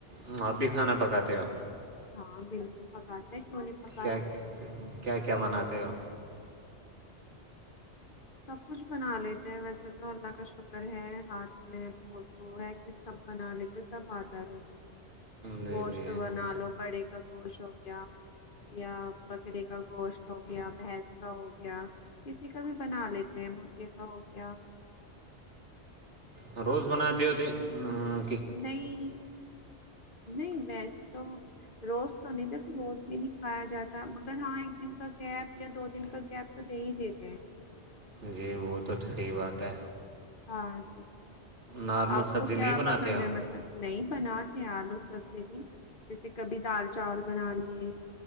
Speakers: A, on the right; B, on the left.
A: ام آپ بھی کھانا پکاتے ہو
B: ہاں بالکل پکاتے ہے کیوں نہیں پکائے
A: کیا
B: گے
A: کیا کیا بناتے ہو
B: سب کچھ بنا لیتے ہیں ویسے تو اللہ کا شکر ہے ہاتھ میں بہت وہ ہے سب بنا لیتے سب آتا ہے ویسے تو
A: جی
B: گوشت
A: جی
B: بنا لو بڑے کا گوشت ہو گیا یا بکرے کا گوشت ہو گیا بھینس کا ہو گیا کسی کا بھی بنا لیتے ہیں مرغے کا ہو گیا
A: امم روز بناتے ہو تے امم
B: نہیں نہیں نہیں ویسے تو روز تو نہیں دیکھو روز بھی نہیں کھایا جاتا مگر ہاں ایک دن کا گیپ یا دو دن کا گیپ تو دے ہی دیتے ہیں
A: جی وہ تو صحیح بات ہے
B: ہاں جی
A: نارمل
B: آپ
A: سبزی
B: کو کیا
A: نہیں بناتے
B: پسند
A: ہو
B: ہے نہیں بناتی ہوں آلو سبزی بھی جیسے کبھی دال چاول بنا لیے